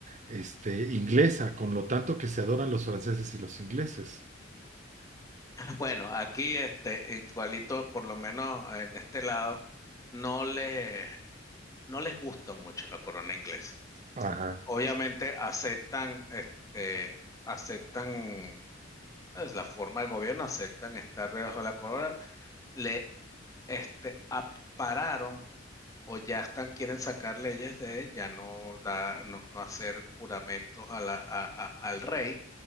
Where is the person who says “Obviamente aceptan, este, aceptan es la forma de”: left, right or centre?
Left